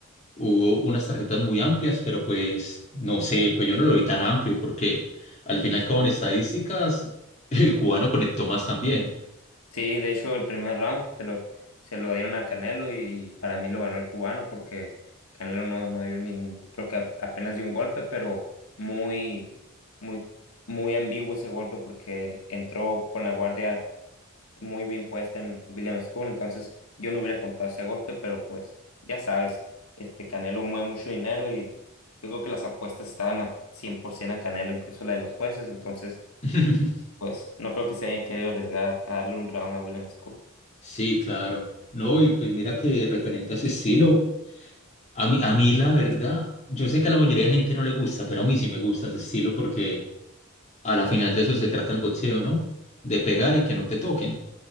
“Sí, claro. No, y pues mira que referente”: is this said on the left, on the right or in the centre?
Left